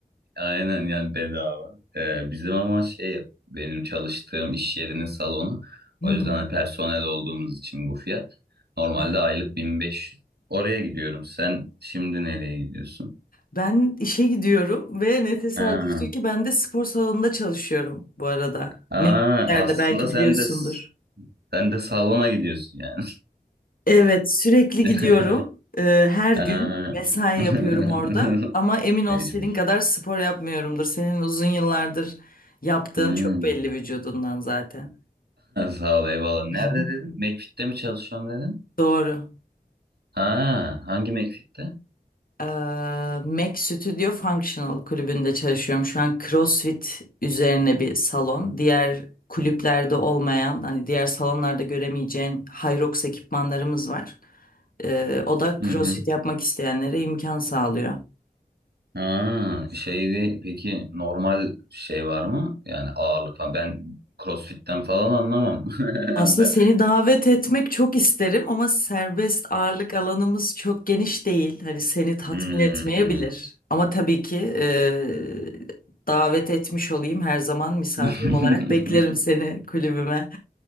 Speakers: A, on the right (about 85°); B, on the left (about 60°).
A: Aynen yani bedava. Ee, bizim ama şey benim çalıştığım iş yerinin salonu.
B: Hı
A: O
B: hı.
A: yüzden hani personel olduğumuz için bu fiyat. Normalde
B: Hı
A: aylık 1500. Oraya gidiyorum. Sen şimdi nereye gidiyorsun?
B: Ben işe gidiyorum ve ne tesadüftür
A: Ha.
B: ki ben de spor salonunda çalışıyorum bu arada.
A: Aa,
B: Mekiklerde
A: aslında
B: belki
A: sen
B: biliyorsundur.
A: de sen de salona gidiyorsun yani.
B: Evet, sürekli
A: <laughs>
B: gidiyorum. Ee, her gün
A: Ha.
B: mesai
A: <laughs>
B: yapıyorum orada. Ama emin ol
A: Mecbur.
B: senin kadar spor yapmıyorumdur. Senin uzun yıllardır yaptığın
A: Hmm.
B: çok belli
A: <laughs>
B: vücudundan zaten.
A: Sağ ol eyvallah. Nerede
B: <laughs>
A: dedin? McFit'te mi çalışıyorum dedin?
B: Doğru.
A: Ha, hangi McFit'te?
B: Eee, Mac Studio Functional kulübünde çalışıyorum. Şu an CrossFit üzerine bir salon. Diğer kulüplerde olmayan, hani diğer salonlarda göremeyeceğin Hyrox ekipmanlarımız var. Eee, o da
A: Hı
B: CrossFit
A: hı.
B: yapmak isteyenlere imkan sağlıyor.
A: Ha, şeyde peki normal şey var mı? Yani ağırlık falan. Ben CrossFit'ten falan anlamam. <laughs>
B: Aslında
A: Ben...
B: seni davet etmek çok isterim ama serbest ağırlık alanımız çok geniş değil. Hani seni tatmin
A: Hmm.
B: etmeyebilir. Ama tabii ki e, davet etmiş olayım. Her zaman misafirim
A: <laughs>
B: olarak beklerim seni kulübüme.